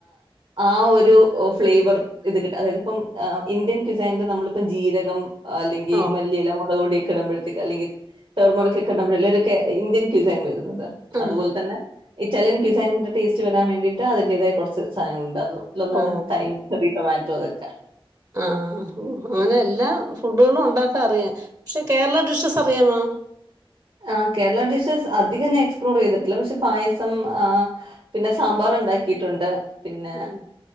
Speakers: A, on the right; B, on the right.
A: ആ ഒരു ഫ്ലേവർ ഇത് കിട്ടും. അതായത് ഇപ്പം ഇന്ത്യൻ ക്സൈൻന്റെ നമ്മളിപ്പം ജീരകം. അല്ലെങ്കി
B: ഓ
A: മല്ലിയെല, മൊളക് പൊടിയൊ കിടുമ്പഴത്തേക്ക് അല്ലെങ്കി ടെർമറ് ഇടുമ്പോയെല്ലെക്കെ ഇന്ത്യൻ ക്യസൻ വ
B: ആഹ്
A: അതുപോലെ തന്നെ. ഇറ്റാലിയൻ ക്സൈന്റെ ടേസ്റ്റ് വരാൻ വേണ്ടിട്ട് അതിന്റേതായ കൊർച്ച് സാധനങ്ങൾ ഉണ്ടാകും. അല്ലൊന്നാണ്
B: ഓ
A: തൈം, ചെറീ, ടൊ മാറ്റോ ഇ
B: ആഹ് അങ്ങനെ എല്ലാ ഫുഡുകളും ഒണ്ടാക്കാൻ അറിയ. പക്ഷെ കേരള ഡിഷസ് അറിയാമോ?
A: ആഹ് കേരള ഡിഷസ് അധികംന്ന എക്സ്പ്ലോർ ചെയ്തിട്ടില്ല. പക്ഷെ പായസം ആ പിന്നെ സാമ്പാറണ്ടാക്കിയിട്ടുണ്ട് പിന്ന
B: ഉം